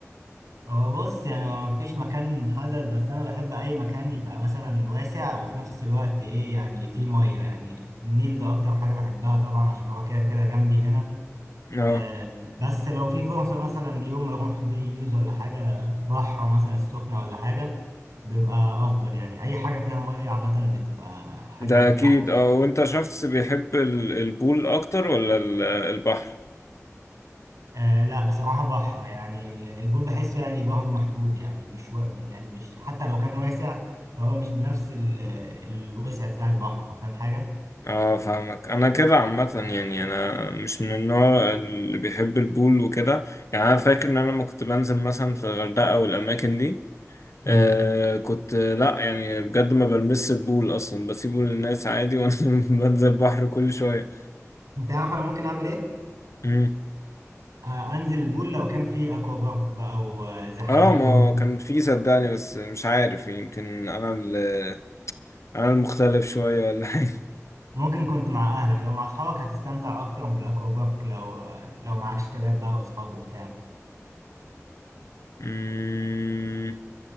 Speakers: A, on the right; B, on the left.
A: هو بص يعني هو مفيش مكان محدد بس انا بحب اي مكان يبقى مثلا واسع وفي نفس الوقت ايه يعني فيه ميه يعني النيل ده اكتر حاجه بحبها طبعا عشان هو كده كده جنبي هنا
B: اه
A: آه بس لو في فرصه مثلا يوم اروح دي يوز ولا حاجه بحر مثلا السخنه ولا حاجه بيبقى افضل يعني اي حاجه فيها ميه عامه بتبقى حاجه
B: ده
A: ممتعه
B: اكيد اه وانت شخص بيحب ال- البول اكتر ولا ال- البحر؟
A: آه لا بصراحة بحر يعني ال- البول بحسه يعني برضه محدود يعني مش و... يعني مش حتى لو كان واسع فهو مش بنفس ال... الوسع بتاع البحر فاهم حاجة؟
B: اه فاهمك انا كده عامة يعني انا مش من النوع اللي بيحب البول وكده يعني انا فاكر ان انا لما كنت بنزل مثلا في الغردقة والاماكن دي
A: مم.
B: آه كنت لا يعني بجد ما بلمس البول اصلا بسيبه للناس عادي وانا <laughs> بنزل البحر كل شويه
A: انت عارف انا ممكن اعمل ايه؟
B: مم.
A: آه انزل البول لو كان في اكوا بارك بقى وزحاليق
B: اه ما هو
A: و...
B: كان في صدقني بس مش عارف يمكن انا ال- انا المختلف شويه ولا حاجه
A: ممكن كنت مع اهلك لو مع اصحابك هتستمتع اكتر بالاكوا بارك لو آه لو معاك شباب بقى واصحاب وبتاع
B: مم.